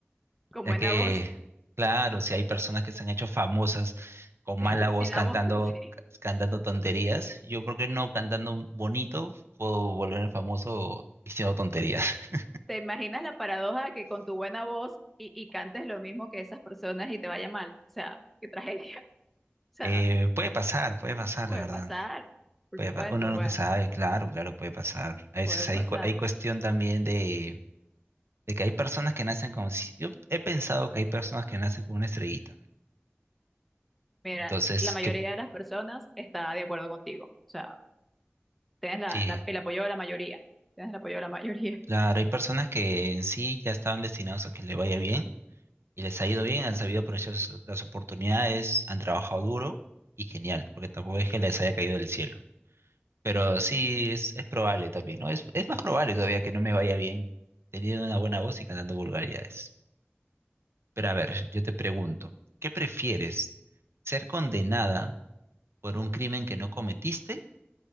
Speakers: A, in the centre; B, on the right.
A: Con
B: Ya
A: buena
B: que,
A: voz,
B: claro, si hay personas que se han hecho famosas con
A: <laughs>
B: mala voz
A: sin la
B: cantando,
A: voz, <laughs> sí.
B: cantando tonterías, yo, ¿por qué no cantando bonito puedo volverme famoso diciendo tonterías? <laughs>
A: ¿Te imaginas la paradoja que con tu buena voz y, y cantes lo mismo que esas personas y te vaya mal? O sea, qué tragedia. <laughs> O sea,
B: Eh, puede pasar, puede pasar,
A: puede
B: la verdad.
A: pasar, por
B: Puede
A: supuesto,
B: pa- uno nunca
A: bueno,
B: sabe, claro, claro, puede pasar. A veces
A: puede pasar.
B: hay, cu- hay cuestión también de, de que hay personas que nacen con... si- Yo he pensado que hay personas que nacen con una estrellita.
A: Mira,
B: Entonces,
A: la mayoría
B: que...
A: de las personas está de acuerdo contigo. O sea, tienes la,
B: Sí,
A: la- el apoyo de la mayoría. Tienes el apoyo de la mayoría.
B: Claro, hay personas que en sí ya estaban destinados a que le vaya bien y les ha ido bien, han sabido aprovechar sus- las oportunidades, han trabajado duro y genial, porque tampoco es que les haya caído del cielo. Pero sí es, es probable también, ¿no? Es, es más probable todavía que no me vaya bien teniendo una buena voz y cantando vulgaridades. Pero a ver, yo te pregunto, ¿qué prefieres? ¿Ser condenada por un crimen que no cometiste